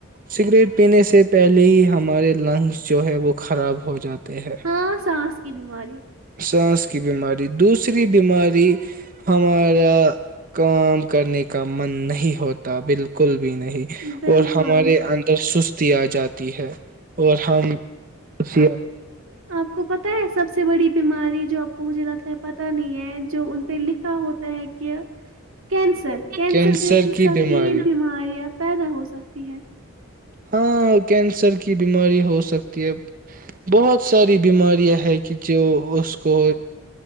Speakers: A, on the right (about 40°); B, on the right (about 85°).
A: سگریٹ پینے سے پہلے ہی ہمارے لنگس جو ہے وہ خراب ہو جاتے ہیں
B: ہاں سانس کی بیماری
A: سانس کی بیماری دوسری بیماری ہمارا کام کرنے کا من نہیں ہوتا بالکل بھی نہیں
B: بالکل
A: اور ہمارے اندر سست آ جاتی ہے اور ہم اس
B: آپ کو پتا ہے سب سے بڑی بیماری جو آ کو مجھے لگتا ہے پ تا نہیں ہے جو ان پہ لکھا ہوتا ت کہہ کیینسر کیینسر
A: کینسر
B: جیس
A: کی
B: سنگین
A: بیماری
B: بیماریاں پیدا ہو سکتا ہیں ہے
A: ہاں کینسر کی بیماری ہو سکتی ہے بہت ساری بیماریاں ہے کہ جو اس کو